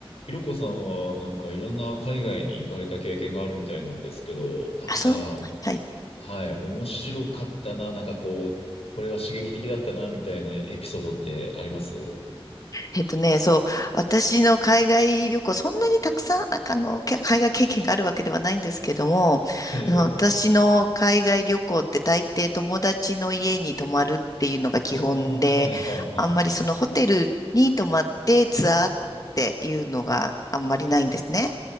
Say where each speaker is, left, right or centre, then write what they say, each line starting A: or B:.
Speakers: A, on the left; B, on the left.
A: ひろこさんは、なんかいろんな海外に行かれた経験があるみたいなんですけど、なんか、
B: あ、そう、はい。
A: はい、面白かったな、なんかこう、これは刺激的だったな、みたいなエピソードってあります
B: えっとね、そう、私の海外旅行、そんなにたくさん、ああの、け海外経験があるわけではないんですけども、
A: ええ。
B: あの、私の海外旅行って大抵友達の家に泊まるっていうのが基本で、
A: ああ、はいはいはいはい。
B: あんまりそのホテルに泊まってツアーっていうのがあんまりないんですね。